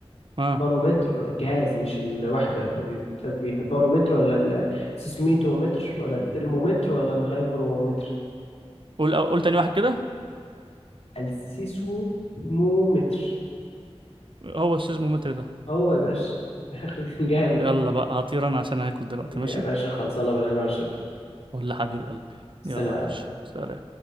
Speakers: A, on the right (about 50°); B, on the left (about 85°).
A: ها
B: بارومتر جهاز مش الوحدة اللي بتقيس بيها البارومتر ولا السيسميتومتر ولا الترمومتر ولا الهيغرومتر
A: قول قول تاني واحد كده
B: السيسمومتر
A: هو السيزمومتر ده
B: هو يا باشا <laughs> جامد
A: يلا بقى هطير انا عشان هاكل دلوقتي
B: يا
A: ماشي
B: باشا خلصانة بالهنا والشفا
A: ولا حبيب قلبي
B: سلام
A: يلا يا باشا سلام